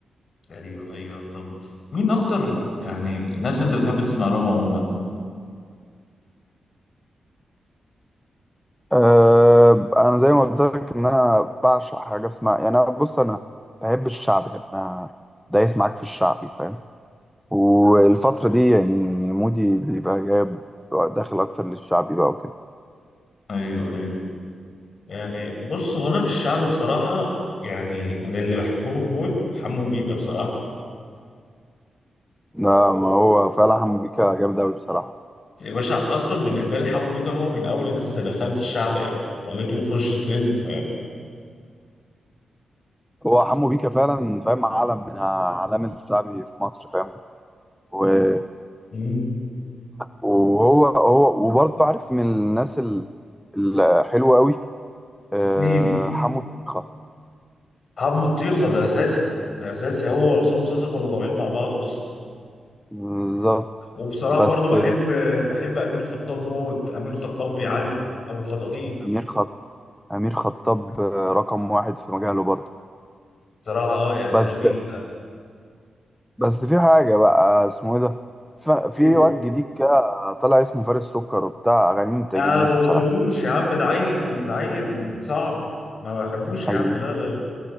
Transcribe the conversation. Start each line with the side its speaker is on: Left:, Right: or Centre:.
Left: ايوه ايوه طب مين اكتر يعني الناس انت بتحب تسمع لهم عموما
Centre: أه انا زي ما قلت لك ان انا بعشق حاجه اسمها يعني انا بص انا بحب الشعب يعني انا دايس معاك في الشعبي فاهم والفتره دي يعني مودي بيبقى جايب داخل اكتر للشعبي بقى وكده
Left: ايوه ايوه يعني بص هو انا في الشعب بصراحه يعني من اللي بحبهم موت حمو بيكا بصراحه
Centre: لا ما هو فعلا حمو بيكا جامد قوي بصراحه
Left: يا باشا اصلا بالنسبه لي حمو بيكا هو من اول الناس اللي دخلت الشعبي او خليته يخش ترند
Centre: هو حمو بيكا فعلا فاهم عالم من اعلام الشعبي في مصر فاهم و-
Left: مم.
Centre: وهو هو وبرضه عارف من الناس ال- الحلوه قوي أه
Left: مين
Centre: حمو بيكا
Left: حمو الطيخه ده اساسي ده اساسي هو وعصام صاصا كانوا طالعين مع بعض اصلا
Centre: بالظبط
Left: وبصراحه
Centre: بس
Left: برضو بحب بحب امير خطاب موت امير خطاب بيعلي ابو الخطاطيب
Centre: امير خط امير خطاب رقم واحد في مجاله برضه
Left: بصراحه اه يعني
Centre: بس
Left: راجل
Centre: بس في حاجه بقى اسمه ايه ده ف- في
Left: ايه ده
Centre: واد جديد كده طلع اسمه فارس سكر وبتاع اغانيه ما بتعجبنيش
Left: يا بابا
Centre: بصراحه
Left: طوش يا عم ده عيل ده عيل صعب ما بحبوش يا
Centre: هي
Left: عم لا لا لا